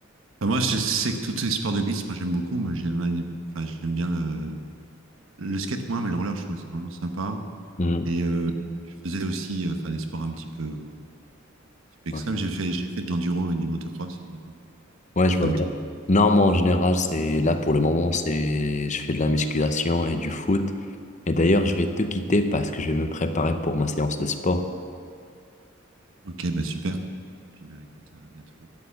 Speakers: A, on the right; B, on the left.
A: Enfin, moi, je sais que tous les sports de glisse, moi, j'aime beaucoup. moi j'aime une- enfin, j'aime bien le, le skate, moins, mais le roller, je trouvais ça vraiment sympa.
B: Hmm.
A: Et euh, je faisais aussi euh, enfin, des sports un petit peu, un petit peu extrêmes.
B: Ouais.
A: J'ai fait, j'ai fait de l'enduro et du motocross à une époque,
B: Ouais,
A: il y a
B: je
A: très
B: vois
A: longtemps.
B: bien. Non, moi en général, c'est là pour le moment, c'est je fais de la musculation et du foot. Et d'ailleurs, je vais te quitter parce que je vais me préparer pour ma séance de sport.
A: Ok, bah super. Puis, bah, écoute, à bientôt.